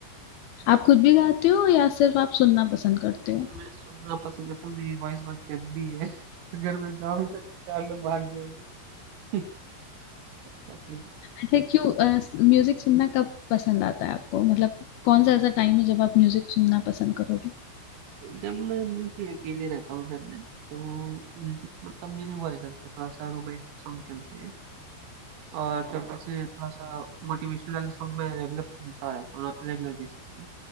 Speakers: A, on the left; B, on the right.
A: आप खुद भी गाते हो या सिर्फ आप सुनना पसंद करते हो
B: मैं सुनना पसंद करता हूँ मेरी वॉइस बहुत गंदी है <laughs> अगर मैं गाऊंगा तो तो चार लोग भाग जाएंगे <laughs> ऐसा सीन।
A: ऐसे क्यों म्यूजिक सुनना कब पसंद आता है आपको मतलब कौन सा ऐसा टाइम है जब आप म्यूजिक सुनना पसंद करोगे
B: जब मैं कि अकेले रहता हूँ घर में तो म्यूजिक मतलब मेरे वाले चलते हैं थोड़ा सा रोमांटिक सॉन्ग चलते हैं और जब ऐसे थोड़ा सा मोटिवेशनल वाले सॉन्ग मैं रेगुलर सुनता रहता हूँ रेगुलर बेसिस पे